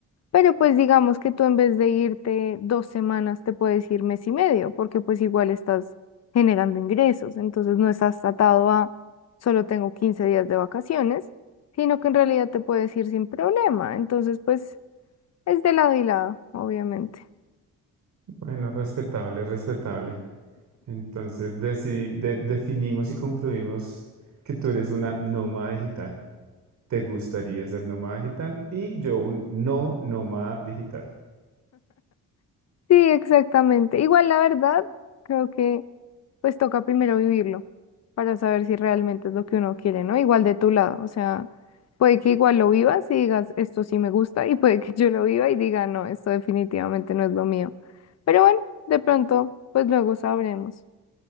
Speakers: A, on the left; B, on the right.
A: Pero pues digamos que tú en vez de irte dos semanas te puedes ir mes y medio, porque pues igual estás generando ingresos, entonces no estás atado a solo tengo 15 días de vacaciones, sino que en realidad te puedes ir sin problema, entonces pues es de lado y lado, obviamente.
B: Bueno, respetable, respetable. Entonces deci- de- definimos y concluimos que tú eres una nómada digital. ¿Te gustaría ser nómada digital? Y yo un no nómada digital.
A: Sí, exactamente. Igual la verdad, creo que pues toca primero vivirlo para saber si realmente es lo que uno quiere, ¿no? Igual de tu lado, o sea, puede que igual lo vivas y digas, esto sí me gusta, <laughs> y puede que yo lo viva y diga, no, esto definitivamente no es lo mío. Pero bueno, de pronto, pues luego sabremos.